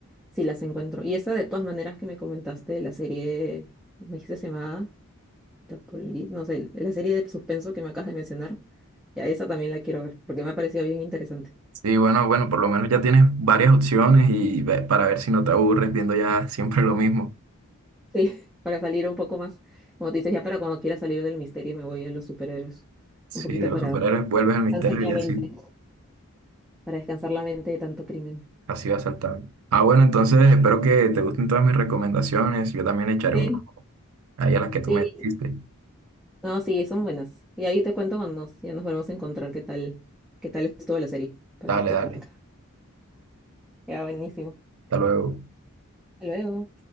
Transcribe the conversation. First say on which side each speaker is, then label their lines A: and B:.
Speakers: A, in the centre; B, on the right.
A: si las encuentro. Y esa de todas maneras que me comentaste, la serie, me dijiste se llamaba The Police, no sé, la serie de suspenso que me acabas de mencionar, ya esa también la quiero ver, porque me ha parecido bien interesante.
B: Sí, bueno, bueno, por lo menos ya tienes varias opciones y ve- para ver si no te aburres viendo ya siempre lo mismo.
A: Sí, <laughs> para salir un poco más. Como te dices, ya para cuando quiera salir del misterio me voy a los superhéroes.
B: Sí,
A: Un poquito
B: de los
A: para,
B: superhéroes vuelves al misterio
A: descansar la
B: y
A: mente.
B: así,
A: para descansar la mente de tanto crimen.
B: así vas saltando. Ah, bueno, entonces espero que te gusten todas mis recomendaciones, yo también le echaré
A: Sí.
B: uno. ahí a las que tú
A: Sí,
B: me dijiste.
A: no, sí, son buenas. Y ahí te cuento cuando nos, ya nos volvemos a encontrar qué tal, qué tal estuvo la serie para
B: Dale,
A: darte
B: dale.
A: el feedback. Ya, buenísimo.
B: Hasta luego.
A: Hasta luego.